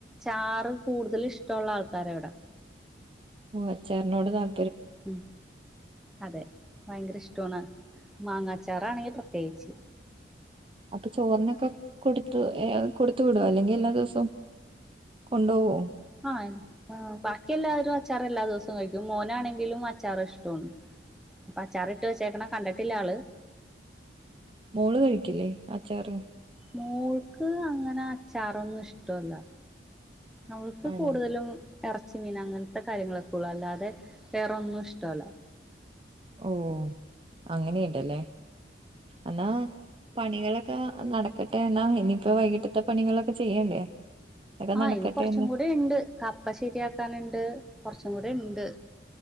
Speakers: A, in the centre; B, on the right.
A: ചാറ് കൂടുതൽ ഇഷ്ടള്ള ആൾക്കാര എവിടെ
B: ഓഹ് അച്ചാറിനോട് താൽ
A: ഉം അതെ ഭയങ്കര ഇഷ്ട്ടൊവാണ് മാങ്ങാച്ചാറാണെങ്കി പ്രത്യേകിച്ച്
B: അപ്പൊ ചോറിനൊക്കെ കൊടുത്ത് ഏഹ് കൊടുത്തു വിടുവോ അല്ലെങ്കി എല്ലാ ദിവസവും കൊണ്ടോവോ
A: ആഹ് എൻ ഉം ബാക്കി എല്ലാവരും അച്ചാറ് എല്ലാ ദിവസവും കഴിക്കും മോനാണെങ്കിലും അച്ചാർ ഇഷ്ട്ടവാണ് അപ്പ അച്ചാറിട്ട് വെച്ചേക്കണെ കണ്ടട്ടില്ലാ ആള്
B: മോള് കഴിക്കില്ലേ അച്ചാറ്
A: മേൾക്ക് അങ്ങനെ അച്ചാറൊന്നും ഇഷ്ട്ടൊവല്ലാ അവൾക്ക്
B: ആണല്ലേ
A: കൂടുതലും എറച്ചി മീൻ അങ്ങൻത്തെ കാര്യങ്ങളൊക്കെ ഉള്ളു അല്ലാതെ വേറൊന്നും ഇഷ്ട്ടവല്ലാ
B: ഓഹ് അങ്ങനെയ്ണ്ടല്ലേ എന്നാ പണികളൊക്കെ നടക്കട്ടെ എന്നാ ഇനിയപ്പോ വൈകിട്ടത്തെ പണികളൊക്കെ ചെയ്യണ്ടേ അതൊക്കെ
A: ആഹ്
B: നടക്കട്ടെ
A: ഇനി കൊറച്ചും
B: എന്ന്
A: കൂടി ഇണ്ട് കപ്പ ശരിയാക്കാനുണ്ട് കൊറച്ചും കൂടെ ഇണ്ട്